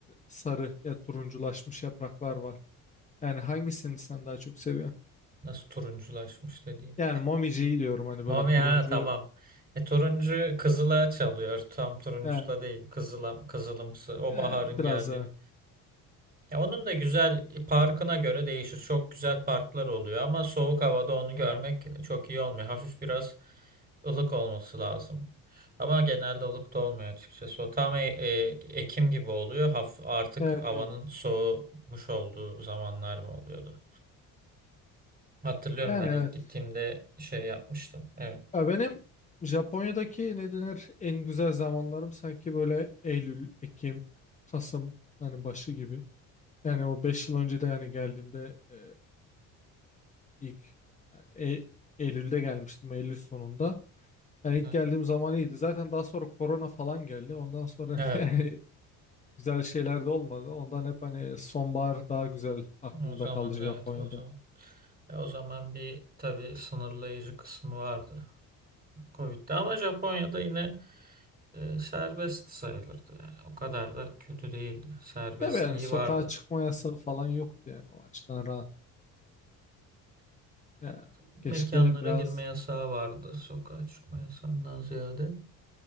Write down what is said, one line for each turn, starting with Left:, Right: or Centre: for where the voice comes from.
Left: sarı ya turunculaşmış yapraklar var. Yani hangisini sen daha çok seviyorsun?
Right: Nasıl turunculaşmış dediğim.
Left: Yani momiciyi diyorum hani
Right: Mami
Left: böyle turuncu
Right: ha tamam. E, turuncu kızıla çalıyor. Tam turuncu
Left: e,
Right: da değil. Kızıla, kızılımsı. O
Left: e,
Right: baharın
Left: biraz
Right: geldiğini.
Left: da
Right: Ya onun da güzel e, parkına göre değişir. Çok güzel parklar oluyor ama soğuk havada onu görmek çok iyi olmuyor. Hafif biraz ılık olması lazım. Ama genelde ılık da olmuyor açıkçası. O tam e- e- Ekim gibi oluyor. Haf artık
Left: evet
Right: havanın
Left: evet
Right: soğumuş olduğu zamanlar mı oluyordu? Hatırlıyorum
Left: yani
Right: ben ilk
Left: evet.
Right: gittiğimde şey yapmıştım. Evet.
Left: Ya benim Japonya'daki ne denir en güzel zamanlarım sanki böyle Eylül, Ekim, Kasım hani başı gibi. Yani o 5 yıl önce de yani geldiğimde e, İlk yani E- Eylül'de gelmiştim Eylül sonunda. Yani ilk
Right: Hı.
Left: geldiğim zaman iyiydi. Zaten daha sonra korona falan geldi. Ondan sonra
Right: Evet.
Left: <laughs> yani güzel şeyler de olmadı. Ondan hep hani sonbahar daha güzel aklımda
Right: O zaman
Left: kaldı Japonya'da.
Right: evet o zaman. E, o zaman bir tabii sınırlayıcı kısmı vardı. Covid'de ama Japonya'da yine E, serbest sayılırdı yani. O kadar da kötü değildi. Serbestliği
Left: Tabii yani sokağa
Right: vardı.
Left: çıkma yasağı falan yoktu yani o açıdan rahat. Ya,
Right: Mekanlara
Left: keşke biraz
Right: girme yasağı vardı. Sokağa çıkma yasağından ziyade.